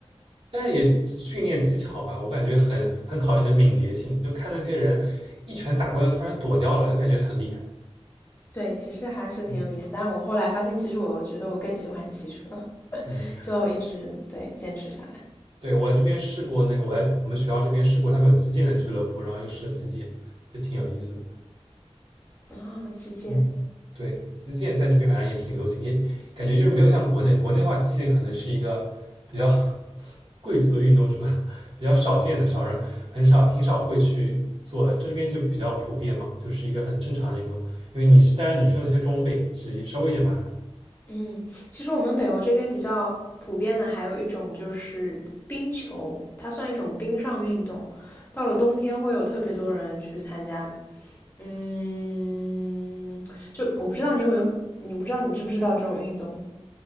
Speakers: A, on the right; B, on the left.
A: 但是也训练技巧吧，我感觉很很考验你的敏捷性。就看那些人一拳打过来，突然躲掉了，就感觉很厉害。
B: 对，其实还是挺有意思。
A: 嗯
B: 但是我后来发现，其实我觉得我更喜欢骑车，
A: 嗯，
B: 就一直对坚持下
A: 对，我在这边试过那个，我在我们学校这边试过，他们有击剑的俱乐部，然后又试了击剑，就挺有意思的。
B: 来啊。击剑，
A: 嗯，对，击剑在这边反正也挺流行，也感觉就是没有像国内，国内的话，击剑可能是一个比较 <laughs> 贵族的运动，是吧？<laughs> 比较少见的，少人很少，挺少会去做的。这边就比较普遍嘛，就是一个很正常的运动。因为你去当然你需要那些装备，只是稍微有点麻烦。
B: 嗯，其实我们北欧这边比较普遍的还有一种就是冰球，它算一种冰上运动。到了冬天会有特别多人去参加，嗯，就我不知道你有没有，你不知道你知不知道这种运动？